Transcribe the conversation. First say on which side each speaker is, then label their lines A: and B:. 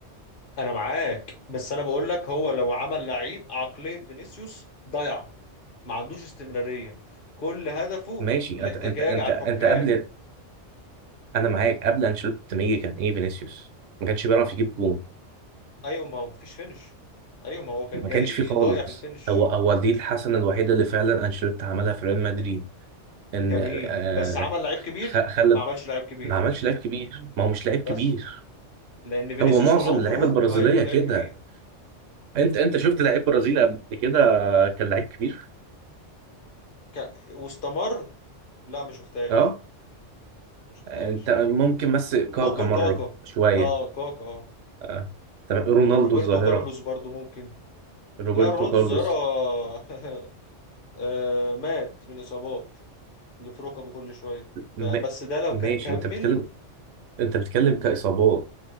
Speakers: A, on the left; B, on the right.
A: أنا معاك بس أنا بقول لك هو لو عمل لعيب عقلية فينيسيوس ضيع ما عندوش استمرارية كل هدفه
B: ماشي
A: الاحتجاج
B: انت انت انت
A: على
B: انت
A: الحكام
B: قبل انا معاك قبل انشيلوتي ما يجي كان ايه فينيسيوس ما كانش بيعرف يجيب جون
A: أيوة ما هو مفيش فينش أيوة ما هو كان
B: ما
A: جاي
B: كانش فيه خالص
A: ضايع في الفينش
B: هو هو دي الحسنه الوحيده اللي فعلا انشيلوتي عملها في ريال مدريد ان
A: جميل
B: آه
A: بس عمل لعيب كبير
B: خ- خلى
A: ما عملش لعيب كبير
B: ما عملش لعيب كبير ما هو مش لعيب كبير
A: بس لان فينيسيوس
B: هو معظم
A: عمره
B: اللعيبه البرازيليه
A: ما هيكون
B: كده
A: لعيب كبير
B: انت انت شفت لعيب برازيلي قبل كده كان لعيب كبير
A: ك... واستمر لا ما شفتهاش
B: اه
A: ما شفتهاش
B: انت ممكن بس كاكا
A: ممكن
B: مره
A: كاكا
B: شويه
A: اه كاكا اه
B: اه تمام رونالدو
A: روبرتو
B: الظاهره
A: كارلوس برضو ممكن
B: روبرتو
A: لا رونالدو
B: كارلوس
A: الظاهرة <laughs> آه، مات من الإصابات اللي في ركبه كل شوية فبس
B: م...
A: ده لو
B: ماشي
A: كان كمل
B: انت بتتكلم انت بتتكلم كاصابات